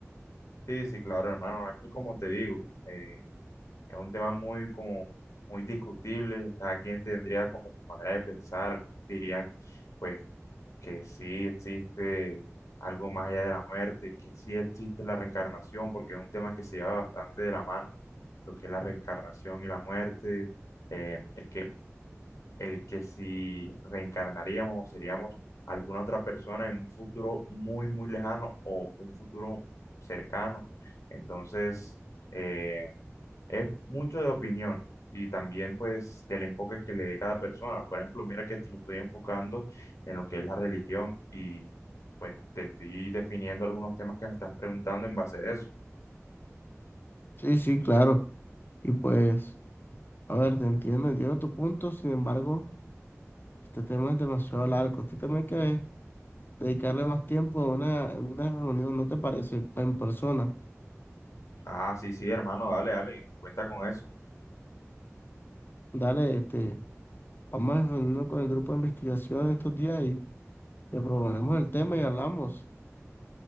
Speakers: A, on the left (about 85°); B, on the left (about 45°).
A: Sí, sí, claro, hermano. Es que como te digo, eh, es un tema muy como muy discutible. Cada quien tendría como su manera de pensar. Dirían, pues que sí existe algo más allá de la muerte, que sí existe la reencarnación, porque es un tema que se lleva bastante de la mano, lo que es la reencarnación y la muerte, eh, el que el que si reencarnaríamos, seríamos alguna otra persona en un futuro muy, muy lejano o un futuro cercano. Entonces, eh, es mucho de opinión y también pues del enfoque que le dé cada persona. Por ejemplo, mira que te lo estoy enfocando en lo que es la religión y pues te estoy definiendo algunos temas que me estás preguntando en base a eso.
B: Sí, sí, claro. Y pues, a ver, te entiendo, entiendo tu punto, sin embargo, este tema es demasiado largo. Este tema hay que dedicarle más tiempo a una, a una reunión, ¿no te parece? En persona.
A: Ah, sí, sí, hermano, dale, dale, cuenta con eso.
B: Dale, este, vamos a reunirnos con el grupo de investigación estos días y le proponemos el tema y hablamos.